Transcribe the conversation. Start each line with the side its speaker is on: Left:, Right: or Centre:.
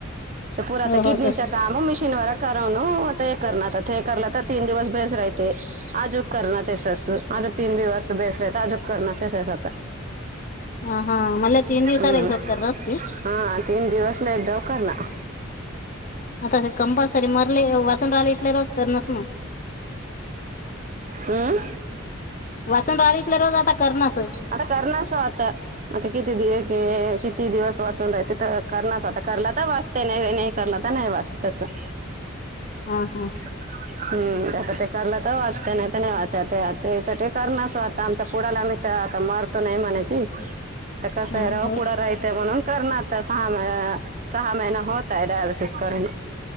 Right: पुरात
Left: हो
Right: किडनीच्या
Left: हो तर
Right: काम मिशीन वरच करव नाव ते हे करणार आता हे करलं तर तीन दिवस भेस राहते आजच करणार तेसस अजुन तीन दिवस बेस राहते, अजून करणार तस आता.
Left: ह हा म्हणला तीन दिवसाला
Right: हम्म
Left: हिसब कररास को...
Right: हा तीन दिवस ला एक डाव करणार.
Left: आता काय कंपलसरी मरले, वाचून राहिले. क्लेरस करणास मग
Right: हम्म
Left: वाचून राहले तर रोज आता करणारसं
Right: आता करणारस वो आता. आता किती दिवस, किती दिवस वाचून राहते तर करनास आता करला तर वाच ते नाही -नाही करलं तर, नाही वाचत तसं.
Left: हा हा
Right: हूं... आता ते करलं तर वाचतं नाही तर, नाही वाचत त्यासाठी करणारस आता आमच्या क पोडाला आम्ही त्या आता महार्त नाही म्हणे की, ते कसं
Left: हा,
Right: आहे राहू
Left: हो
Right: पुढे राहते म्हणून करना तर सहा महि सहा महिना होताय डायलिसिस करुन.